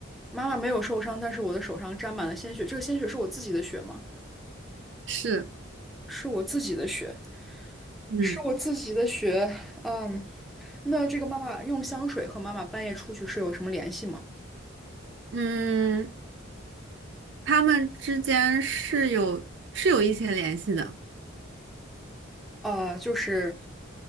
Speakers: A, in the centre; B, on the right.
A: 妈妈没有受伤，但是我的手上沾满了鲜血，这个鲜血是我自己的血吗？
B: 是，
A: 是我自己的血。
B: 嗯
A: 是我自己的血，嗯，那这个妈妈用香水和妈妈半夜出去是有什么联系吗？
B: 嗯，他们之间是有是有一些联系的，
A: 啊、就是，